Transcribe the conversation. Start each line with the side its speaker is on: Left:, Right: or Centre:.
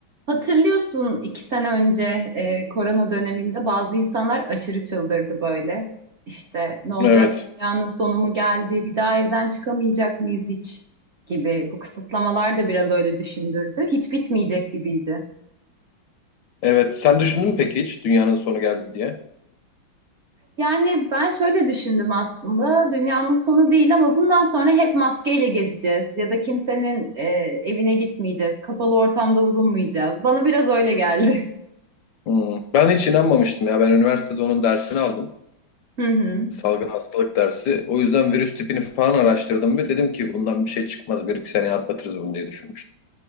Right: Hatırlıyorsun iki sene önce e, korona döneminde bazı insanlar aşırı çıldırdı böyle. İşte ne olacak
Left: Evet.
Right: dünyanın sonu mu geldi bir daha evden çıkamayacak mıyız hiç gibi. Bu kısıtlamalar da biraz öyle düşündürdü. Hiç bitmeyecek gibiydi.
Left: Evet. Sen düşündün mü peki hiç dünyanın sonu geldi diye?
Right: Yani ben şöyle düşündüm aslında dünyanın sonu değil ama bundan sonra hep maskeyle gezeceğiz ya da kimsenin e, evine gitmeyeceğiz, kapalı ortamda bulunmayacağız. Bana biraz öyle geldi.
Left: Hmm. Ben hiç inanmamıştım ya. Ben üniversitede onun dersini aldım.
Right: <laughs> Hı hı.
Left: Salgın hastalık dersi. O yüzden virüs tipini falan araştırdım ve dedim ki bundan bir şey çıkmaz. Bir iki seneye atlatırız bunu diye düşünmüştüm.